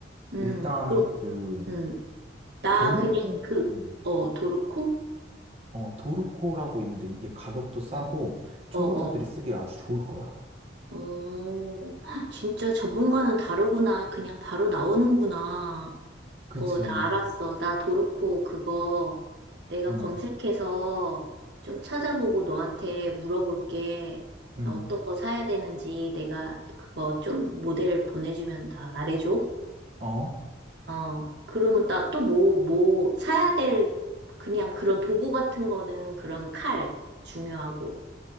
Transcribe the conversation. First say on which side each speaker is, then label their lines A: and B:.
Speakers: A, on the right; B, on the right.
A: 음,
B: 일단
A: 그럼,
B: 그
A: 음. 나
B: 도르코,
A: 그냥 그,
B: 음,
A: 어, 도르코?
B: 어, 도르코라고 있는데 이게 가격도 싸고
A: 어,
B: 초보자들이
A: 어, 어.
B: 쓰기 아주 좋을 거야.
A: 어, 진짜 전문가는 다르구나. 그냥 바로 나오는구나.
B: 그치.
A: 어, 나 알았어. 나 도르코 그거 내가
B: 응,
A: 검색해서 좀 찾아보고 너한테 물어볼게.
B: 응,
A: 나 어떤 거 사야 되는지 내가 그거 좀 모델 보내주면 다 말해줘.
B: 어,
A: 어, 그러면 나 또 뭐, 뭐, 사야 될, 그냥 그런 도구 같은 거는 그런 칼 중요하고.